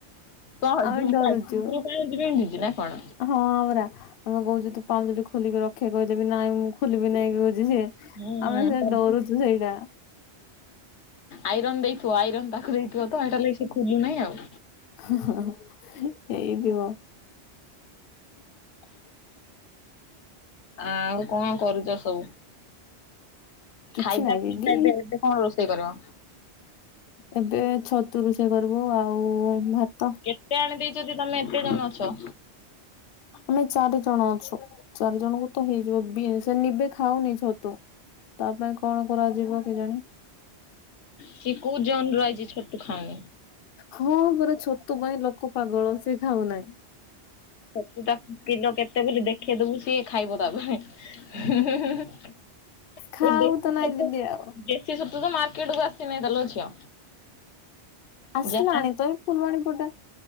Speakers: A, on the left; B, on the left.
A: କଣ
B: ଆମେ
A: ଝୁମୁକା
B: ଡରୁଛୁ।
A: ଝୁମୁରୁ କଣ ଏମିତି ପିନ୍ଧୁଛି ନା କଣ?
B: ହଁ ପରା ଆମେ କହୁଛୁ ତୁ ପାଉଜି ଖୋଲିକି ରଖେ କହିଲେ ବି ନାଇଁ ମୁଁ ଖୋଲିିବି ନାଇଁ କହୁଛି ସିଏ।
A: ହୁଁ
B: ଆମେ ସେ
A: ସବୁ
B: ଡରୁଛୁ ସେଇଟା।
A: ଆଇରନ ଦେଇଥିବ ଆଇରନ୍ ତାକୁ ଦେଇଥିବ ତ ସେଇଟା ଲାଗି ସେ ଖୋଲୁ ନାହିଁ ଆଉ।
B: ହଁ ହଁ ହେଇଥିବ। <inaudible>
A: ଆଉ କଣ କରୁଛ ସବୁ?
B: କିଛି
A: ଖାଇବା
B: ନାହିଁ
A: ପିଇବା
B: ଦିଦି
A: ଏବେ ଏବେ କଣ ରୋଷେଇ କରିବ?
B: ଏବେ ଛତୁ ରୋଷେଇ କରିବୁ ଆଉ ଭାତ।
A: କେତେ ଆଣି ଦେଇଛନ୍ତି ତମେ ଏତେ ଜଣ ଅଛ।
B: ଆମେ ଚାରି ଜଣ ଅଛୁ ଚାରି ଜଣଙ୍କୁ ତ ହେଇଯିବ ବି ସେ ନିବ ଖାଉନି ଛତୁ। ତା ପାଇଁ କଣ କରାଯିବ କେଜାଣି?
A: ସିଏ କୋଉ ଜନରୁ ଆଇଛି ଛତୁ ଖାଉନି।
B: ହଁ ପରା ଛତୁ ପାଇଁ ଲୋକ ପାଗଳ ସିଏ ଖାଉ ନାହିଁ।
A: ଛତୁଟା କିଲୋ କେତେ ବୋଲି ଦେଖେଇଦବୁ ସିଏ ଖାଇବ ତାପରେ। ହିଁ ହିଁ ହିଁ ହିଁ
B: ଖାଉ
A: ଏ ଦେସି
B: ତ ନାଇଁ
A: ଛତୁ
B: ଦିଦି ଆଉ
A: ଦେ ସି ଛତୁ ତ ମାର୍କେଟ କୁ ଆସି ନେଇତଲ ଝିଅ।
B: ଆସିଲାଣି
A: ଯାହା
B: ତ ଏ ଫୁଲବାଣୀ ପୁଟେ।